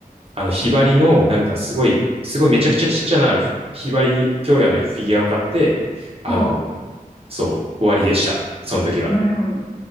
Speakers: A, on the right; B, on the left.
A: あの、ひばりの、なんかすごい、すごいめちゃくちゃちっちゃなひばり京也のフィギュアを買って、あの、
B: そ
A: そう、終わりでした。その時は。
B: う。なるほど。